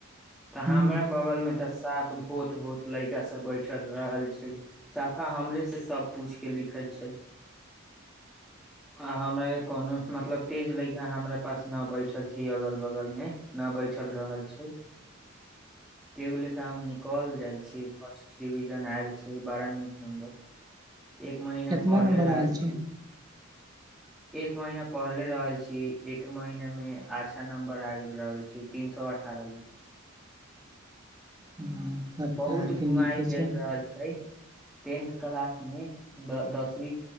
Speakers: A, in the centre; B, on the right (about 20°).
A: तऽ हमरा
B: हूँ
A: बगल में तऽ साफ भोथ भोथ ल‌इका सब बैठल रहल छै साफा हमरे से सब पूछि के लिखै छै अ हमरा कोनो स मतलब तेज लैइका हमरा पास न बैठल छै अगल बगल मे न बैठल रहल छै केहु लेखा हम निकल जाय छियै फर्स्ट डिविजन आयल छियै बड़ा नीक नम्बर एक महीना
B: कितना
A: पढ़ले
B: नम्बर
A: रहल
B: आयल
A: छी।
B: छै
A: एक महीना पढ़ले रहल छी एक महीना में अच्छा नंबर आ गेल रहल छी तीन स अठारह
B: हँ तब
A: बहुत
B: तऽ अहाँके
A: घुमाय
B: नीके
A: भेल
B: छै
A: रहल छै टेंथ क्लास मे दस दसमी